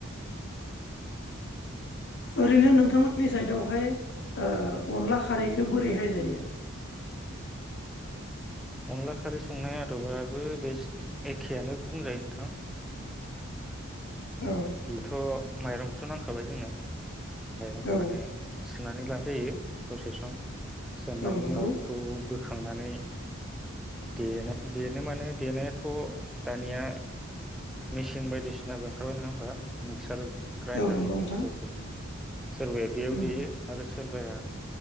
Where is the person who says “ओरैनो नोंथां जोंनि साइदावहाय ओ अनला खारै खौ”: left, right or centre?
Left